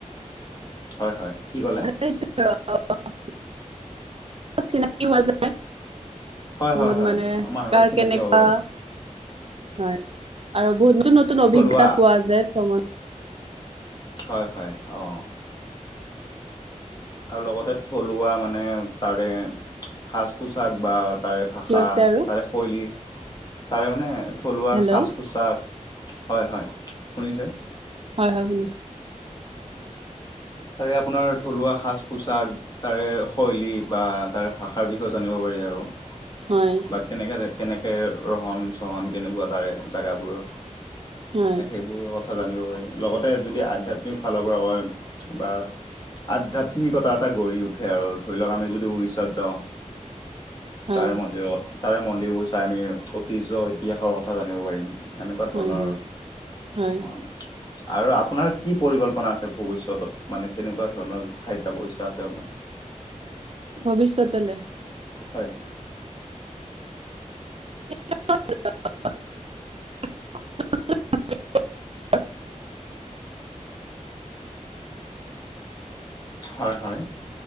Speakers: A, on the left; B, on the right.
A: হয় হয় কি ক'লে?
B: <unintelligible> চিনাকিও হোৱা যায়।
A: হয় হয়
B: বহুত
A: হয়
B: মানে
A: মানুহ অলপ
B: কাৰ
A: চিনাকি
B: কেনেকা।
A: হ'ব পাৰি
B: হয় আৰু বহুত নতুন নতুন অভিজ্ঞতা
A: থলুৱা
B: পোৱা যায় ভ্ৰমণ।
A: হয় হয় অ আৰু লগতে মানে থলুৱা মানে তাৰে সাজ পোচাক বা তাৰে! ভাষা
B: হৈছে আৰু
A: তাৰে শৈলী তাৰে মানে! থলুৱা
B: হেল্ল'
A: সাজ পোছাক হয় হয় শুনিছে?
B: হয় হয় শুনিছো।
A: তাৰে আপোনাৰ থলুৱা সাজ পোছাক। তাৰে শৈলী বা তাৰে ভাষাৰ বিষয়ে জানিব পাৰি আৰু।
B: হঁয়
A: বাত কেনেকে যে কেনেকে ৰহন চহন কেনেকুৱা তাৰে জেগাবোৰৰ।
B: হয়
A: সেইবোৰ কথা জানিব পাৰি লগতে যদি আধ্যয়াত্মিক ফালৰ পৰা কয়। বা আধ্যাত্মিকতা এটা গঢ়ি উঠে আৰু ধৰি লওক আমি যদি উৰিষ্যাত যাওঁ।
B: হয়
A: তাৰে মন্দিৰত। তাৰে মন্দিৰবোৰ চাই আমি ঐতিহ্য ইতিহাসৰ কথা জানিব পাৰিম। সেনেকুৱা ধৰণৰ,
B: হয় হয় হয়
A: অঁ'। আৰু আপোনাৰ কি পৰিকল্পনা আছে ভৱিষ্যতত? মানে কেনেকুৱা ধৰণ ঠাইত যাব ইচ্ছা আছে আপোনা?
B: ভৱিষ্যতলে।
A: হয়।
B: <unintelligible>
A: হয় হয়,